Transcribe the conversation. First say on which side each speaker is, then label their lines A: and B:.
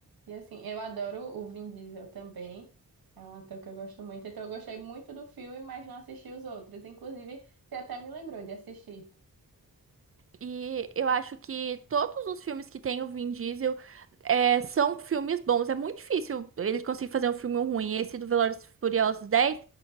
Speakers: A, on the right; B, on the right.
A: E assim, eu adoro o Vin Diesel também. É um ator que eu gosto muito. Então eu gostei muito do filme, mas não assisti os outros. Inclusive, você até me lembrou de assistir.
B: E eu acho que todos os filmes que tem o Vin Diesel é, são filmes bons. É muito difícil ele conseguir fazer um filme ruim. Esse do Velozes e Furiosos 10